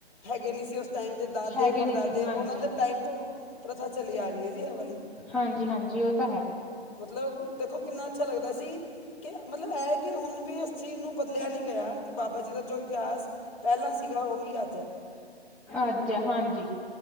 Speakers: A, on the left (about 30°); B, in the centre.
A: ਹੈਗੇ ਨੀ ਸੀ ਓਸ ਟੈਮ ਤੇ ਦਾਦੇ
B: ਹੈਗੇ
A: ਪੜਦਾਦੇ
B: ਨੀ ਸੀਗੇ ਹਾਂਜੀ
A: ਓਨਾਂ ਦੇ ਟਾਈਮ ਤੋਂ ਪ੍ਰਥਾ ਚਲੀ ਆ ਰਈ ਐ ਜੀ ਐ ਵਾਲੀ।
B: ਹਾਂਜੀ-ਹਾਂਜੀ ਓ ਤਾਂ ਹੈ।
A: ਮਤਲਬ ਦੇਖੋ ਕਿੰਨਾ ਅੱਛਾ ਲੱਗਦਾ ਜੀ ਕੇ ਮਤਲਬ ਐ ਕੇ ਹੁਨ ਵੀ ਉਸ ਚੀਜ਼ ਨੂੰ ਬਦਲੇਆ ਨੀ ਗੇਆ ਕੇ ਬਾਬਾ ਜੀ ਦਾ ਜੋ ਇਤਹਾਸ ਪੈਲਾਂ ਸੀਗਾ ਓਹੀ ਅੱਜ ਐ।
B: ਅੱਜ ਆ ਹਾਂਜੀ,